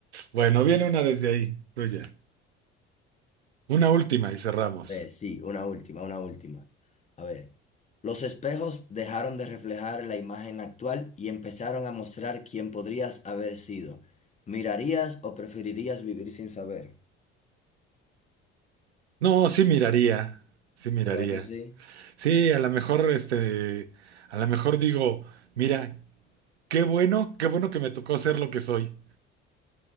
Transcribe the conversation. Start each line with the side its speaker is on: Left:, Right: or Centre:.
Right: Bueno, viene una desde ahí, tuya. Una última y cerramos.
Left: ver, sí, una última, una última. A ver, los espejos dejaron de reflejar la imagen actual y empezaron a mostrar quién podrías haber sido. ¿Mirarías o preferirías vivir sin saber?
Right: No, sí miraría, sí miraría.
Left: ¿Verdad que sí?
Right: Sí, a lo mejor, este, a lo mejor digo, mira, qué bueno, qué bueno que me tocó ser lo que soy,